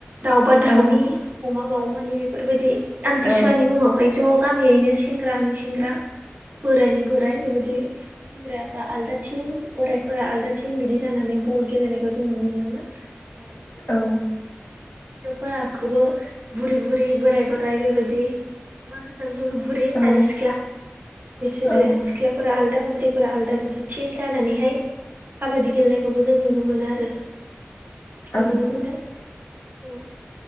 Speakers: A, on the right; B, on the left.
A: दाउबा दाउनि
B: औ
A: अमाबा अमानि बेफोरबायदि आमथिसुवानि
B: औ
A: मुङावहाय ज' गामियैनो सेंग्रानि सेंग्रा बोराइनि बोराय बेबायदि सेंग्राफ्रा आलदा टिम बोराइफोरा आलदा टिम बिदि जानानै बल गेलेनायखौ जों नुनो मोनो। आरो बेबादिनो
B: औ
A: हिन्जावफोराखौबो बुरि बुरि बोराय बोराय बेबायदि मा होननानै बुङो बुरै
B: औ
A: आरो सिख्ला बिसोरो
B: औ
A: सिख्लाफोरा आलदा बुरैफोरा आलादा बिदि थिम जानानैहाय खाबादि गेलेनायखौबो जों नुनो मोनो आरो।
B: औ
A: नुनो मोनो औ।